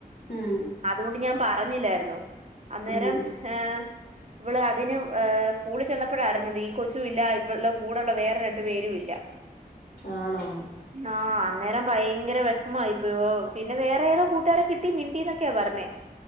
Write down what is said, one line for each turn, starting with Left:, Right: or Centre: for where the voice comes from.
Left: ഉം
Right: അതുകൊണ്ട് ഞാൻ പറഞ്ഞില്ലാരുന്നു അന്നേരം
Left: ഉം
Right: ഏഹ് ഇവള് അതിന്ഏഹ് സ്കൂളിൽ ചെന്നപ്പഴാ അറിഞ്ഞത് ഈ കൊച്ചും ഇല്ല ഇവളെ കൂടെള്ള വേറെ രണ്ടു പേരും ഇല്ല <inaudible>
Left: ആണോ
Right: ആഹ് അന്നേരം ഭയങ്കര വെഷമായിപ്പയോ പിന്നെ വേറെ ഏതോ കൂട്ടുകാരെ കിട്ടി മി ണ്ടിന്നൊക്കെ പറഞ്ഞെ